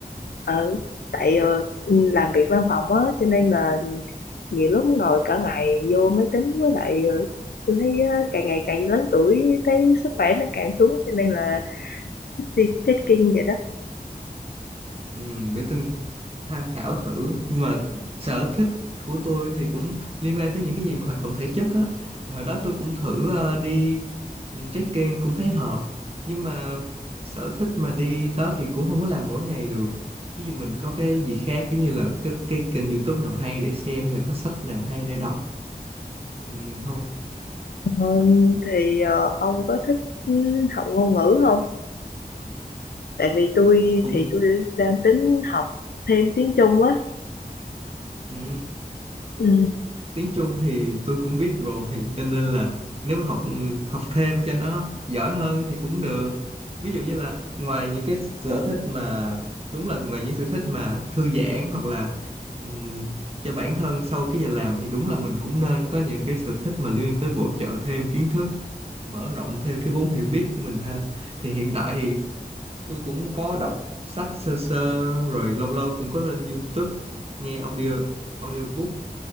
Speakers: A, on the left; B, on the right.
A: ở tại ờ, làm việc văn phòng á, cho nên là nhiều lúc ngồi cả ngày vô máy tính với lại ờ, tôi thấy ờ, càng ngày càng lớn tuổi thấy sức khỏe nó càng xuống, cho nên là thích đi trekking vậy đó.
B: ừ, để tôi tham khảo thử nhưng mà sở thích của tôi thì cũng liên quan tới những cái gì mà hoạt động thể chất á thì hồi đó tôi cũng thử ờ, đi ừ, trekking cũng thấy hợp nhưng mà sở thích mà đi đó thì cũng không có làm mỗi ngày được ví dụ mình có cái gì khác giống như là cái, cái kênh YouTube nào hay để xem hay là có sách nào hay để đọc ừ, không
A: Ờ, thì ờ, ông có thích ừ, học ngôn ngữ không? Tại vì tôi
B: cũng
A: thì tôi đang tính học thêm tiếng Trung á.
B: ừ.
A: Ừ.
B: tiếng Trung thì tôi cũng biết rồi cho nên là nếu mà học ừ, học thêm cho nó giỏi hơn thì cũng được ví dụ như là ngoài những cái sở thích mà đúng là ngoài những sở thích mà thư giãn hoặc là ừm, cho bản thân sau cái giờ làm thì đúng là mình cũng nên có những cái sở thích mà liên quan tới bổ trợ thêm kiến thức mở rộng thêm cái vốn hiểu biết của mình ha thì hiện tại thì tôi cũng có đọc sách sơ sơ rồi lâu lâu cũng có lên YouTube nghe audio audiobook